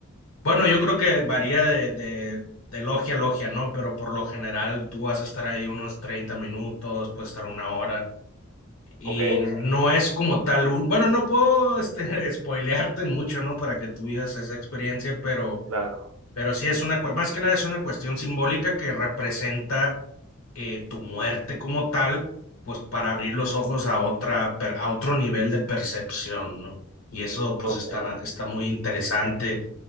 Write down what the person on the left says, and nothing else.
Bueno, yo creo que varía de, de, de logia a logia, ¿no? Pero por lo general tú vas a estar ahí unos 30 minutos, puedes estar una hora. Y
Ok. no es como tal un... Bueno, no puedo este, <laughs> spoilearte mucho, ¿no? Para que tú vivas esa experiencia, pero
pero sí es una, cue- más que nada es una cuestión simbólica que representa eh, tu muerte como tal, pues para abrir los ojos a otra, per- a otro nivel de percepción, ¿no? Y eso pues
está, ma- está muy interesante,